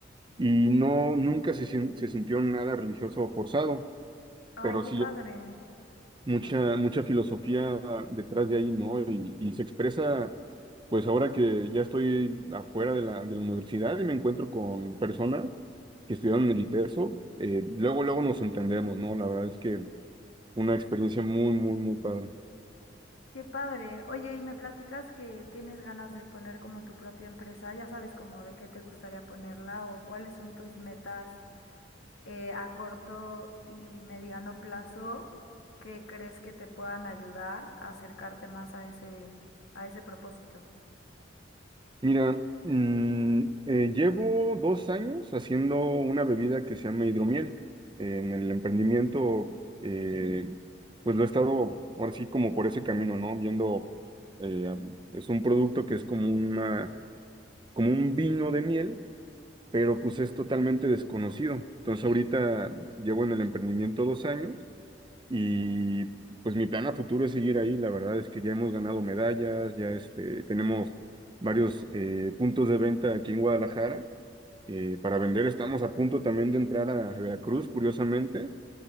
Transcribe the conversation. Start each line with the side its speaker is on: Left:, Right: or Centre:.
Right: y no, nunca se, sin- se sintió nada religioso o forzado,
Left: Ay,
Right: pero
Left: qué
Right: sí
Left: padre.
Right: mucha, mucha filosofía detrás de ahí, ¿no? Y, y se expresa, pues ahora que ya estoy afuera de la, de la universidad y me encuentro con personas que estudiaron en el ITESO, eh, luego, luego nos entendemos, ¿no? La verdad es que una experiencia muy, muy, muy padre.
Left: Qué padre. Oye, y me platicas que tienes ganas de poner como tu propia empresa. Ya sabes como de qué te gustaría ponerla o cuáles son tus metas eh, a corto y mediano plazo que crees que te puedan ayudar a acercarte más a ese, a ese propósito.
Right: Mira, mm, eh, llevo dos años haciendo una bebida que se llama hidromiel. en el emprendimiento, eh, pues lo he estado ahora sí como por ese camino, ¿no? Viendo, eh, es un producto que es como una, como un vino de miel, pero pues es totalmente desconocido. Entonces ahorita llevo en el emprendimiento dos años y pues mi plan a futuro es seguir ahí. La verdad es que ya hemos ganado medallas, ya este, tenemos varios eh, puntos de venta aquí en Guadalajara. Eh, para vender estamos a punto también de entrar a Veracruz, curiosamente.